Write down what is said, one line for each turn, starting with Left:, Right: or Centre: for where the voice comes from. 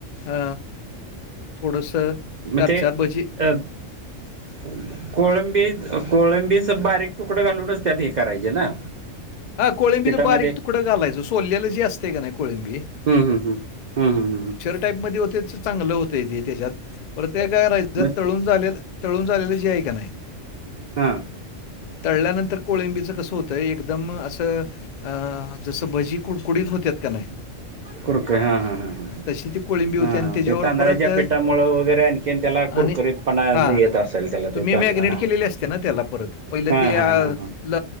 Left: अ थोडस चार
Right: मग ते
Left: चार भजी
Right: <unintelligible> कोळंबी कोळंबीच बारीक तुकड घालूनच त्यात हे करायचे ना.
Left: हा कोळिंबीच
Right: पिठामध्ये
Left: बारीक तुकड घालायच सोललेल जी असते का नाही कोळंबी.
Right: हम्म हम्म हम्म हम्म हम्म हम्म हम्म
Left: चांगल होत ते त्याच्यात परत त्या
Right: मग
Left: तळून झालेल तळून झालेल नाही
Right: हां
Left: तळल्यानंतर कोळंबीच कस होत एकदम अस अ जस भजी कुडकुडीत होत का नाही
Right: कुरकय हां हां हां हां
Left: तशी ती कोळिंबी होते.
Right: हा
Left: आणि त्याच्यावर
Right: ते तांदळाच्या
Left: परत
Right: पिठामुळं वगैरे आणखीन त्याला कुरकुरीतपणा
Left: आणि हा
Right: येत असेल त्याला
Left: तुम्ही
Right: ते चांगलं
Left: मॅग्नेट
Right: हां
Left: केलेले असते ना त्याला परत. पहिल
Right: हां
Left: ते
Right: हां
Left: आपल
Right: हां